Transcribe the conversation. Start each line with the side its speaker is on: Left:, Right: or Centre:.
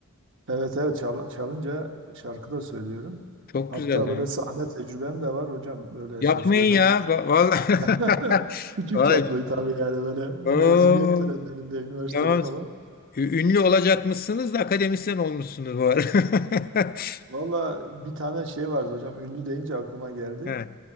Right: Evet evet çal- çalınca şarkı da söylüyorum.
Left: Çok
Right: Hatta
Left: güzel. ya.
Right: böyle sahne tecrübem de var hocam. Böyle
Left: Yapmayın
Right: şaşıracaksın.
Left: ya. va- Vallahi.
Right: <laughs>
Left: <laughs>
Right: Küçük
Left: Ay.
Right: çaplı tabii yani böyle mezuniyet
Left: Oo,
Right: törenlerinde üniversitede
Left: tamam.
Right: falan.
Left: Ü- Ünlü olacakmışsınız da akademisyen olmuşsunuz bu arada. <laughs>
Right: Valla bir tane şey vardı hocam ünlü deyince aklıma geldi.
Left: He.